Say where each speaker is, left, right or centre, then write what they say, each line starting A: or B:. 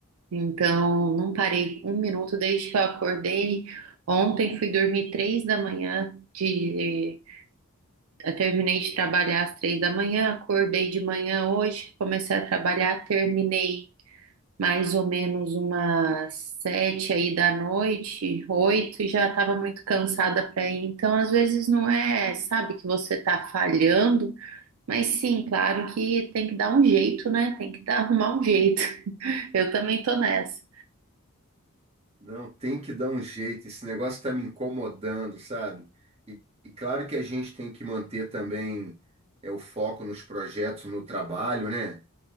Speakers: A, on the right; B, on the right.
A: Então, não parei um minuto desde que eu acordei. Ontem fui dormir três da manhã de eu terminei de trabalhar às três da manhã, acordei de manhã hoje, comecei a trabalhar, terminei mais ou menos umas sete aí da noite, oito, e já estava muito cansada para ir. Então, às vezes não é, sabe, que você está falhando, mas sim, claro que tem que dar um jeito, né? Tem que dar, arrumar um jeito. <laughs> Eu também tô nessa.
B: Não, tem que dar um jeito. Esse negócio está me incomodando, sabe? E, e claro que a gente tem que manter também é, o foco nos projetos, no trabalho, né?